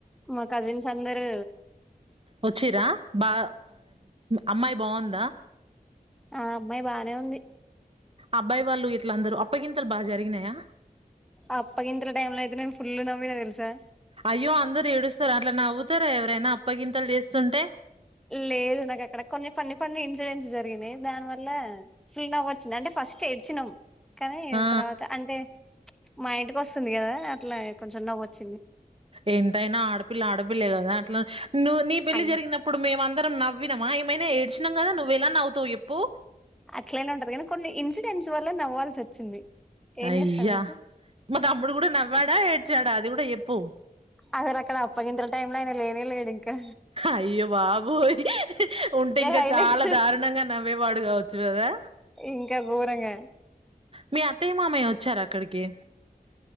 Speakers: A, in the centre; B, on the right (about 40°).
A: మా కజిన్స్ అందరూ
B: వచ్చిరా బా అమ్మాయి బాగుందా
A: ఆ అమ్మాయి బానే ఉంది.
B: అబ్బాయి వాళ్ళు ఇంట్ల అందరూ అప్పగింతలు బాగా జరిగినయా
A: అప్పగింతల టైమ్ల అయితే నేన్ ఫుల్ నవ్విన తెల్సా
B: అయ్యో అందరు ఏడుస్తారు అట్ల నవ్వు తర ఎవరైనా అప్పగింతలు చేస్తుంటే
A: లేదు నాక్ అక్కడ కొన్ని ఫన్నీ ఫన్నీ ఇన్సిడెంట్స్ జరిగినయి దాని వల్ల ఫుల్ నవ్వొచ్చింది అంటే ఫస్ట్ ఏడ్చినం కానీ
B: ఆ
A: తర్వాత అంటే మా ఇంటికి వస్తుంది కదా అట్లా కొంచెం నవ్వొచ్చింది.
B: ఎంతైనా ఆడపిల్ల ఆడపిల్లే కదా అట్లా నువ్వు నీ పెళ్లి
A: అన్
B: జరిగినప్పుడు మేమందరం నవ్వినమా ఏమైనా ఏడ్చినం కదా నువ్వేలా నవ్వు తొయిపు
A: అట్లనే ఉంటరు గని కొన్ని ఇన్సిడెంట్స్ వల్ల నవ్వాల్సి వచ్చింది. ఏం
B: అయ్యా
A: చేస్తాం చెప్పు
B: మా తమ్ముడు గుడా నవ్వాడా ఏడ్చాడా అది గుడా చెప్పు
A: అసల్ అక్కడ అప్పగింతల టైమ్లో ఆయన లేనే లేడు కా
B: అయ్యో బాబోయ్ ఉంటే ఇంకా
A: హైలైట్
B: చాలా దారుణంగా నవ్వేవాడు కావచ్చు కదా
A: ఇంకా ఘోరంగా
B: మీ అ తే మామయ్య చరా అక్కడికి